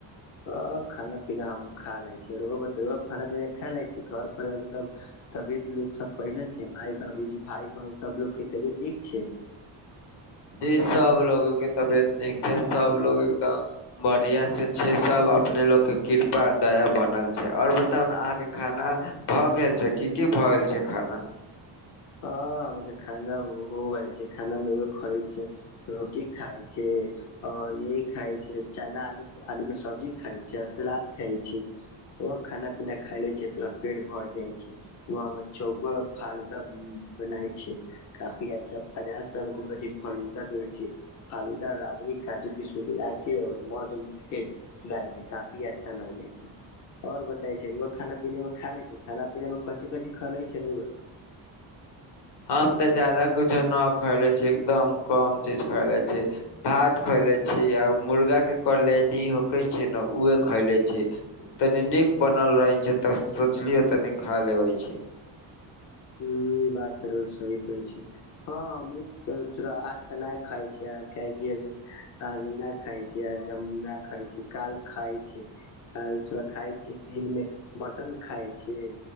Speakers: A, on the left; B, on the left.
A: हँ खाना पीना हम खा लै छि। रोउआ बतैयो अब खाना पीना खा लै छी घर पर आरो सब तबियत लोक सब बढ़िया ने छै माय, बाबूजी, भाय, बहन सब लोग के तबियत नीक छै?
B: जी सब लोगो के तबियत नीक छै सब लोग एकदम बढ़िया से छै सब अपने लोग के कृपा दया बनल छै। आओर बताउ ने अहाँके खाना भऽ गेल छै, की की भऽ गेल छै खाना?
A: हँ हमर तऽ खाना हो गैल छै। खाना मे उहे खाइ छी- रोटी खाइ छी और यही खाइ छै चना, आलू आलू के सब्जी खाइ छै आ सलाद खाइ छी। व खाना पीना खाय लै छी तोरा पेट भर जाय छै वह हमरा चौकवा मे फालू दा बनाय छै काफी अच्छा पचास टका मे देबै छै फलूदा देेबै छै। फालूदा, राबड़ी, काजू, किशमिश मिला के और मौध मिला के पिलाइ छै काफी अच्छा लगै छै। और बताइ छै रौआ खाना पीना मे खा ले छै खाना पीना मे कोनची कोनची खा ले छै रौवा?
B: हम तऽ जादा कुछो न खैले छीै एकदम कम चीज खैले छी। भात खएले छी आ मुर्गा के कलेजी होके छै न उहे खैले छी। तनी नीक बनल रहै छै तऽ सोचलियै तनी खा लेबै छी।
A: हूं बात त रौआ सही कहै छी। हँ हमनी <unintelligible> तोरा आज तऽ नहि खाय छी काहेकि आज ना खाइ छी आज हम ना खाइ छी काल खाइ छी। काल तोरा खाय छी दिन में मटन खाय छी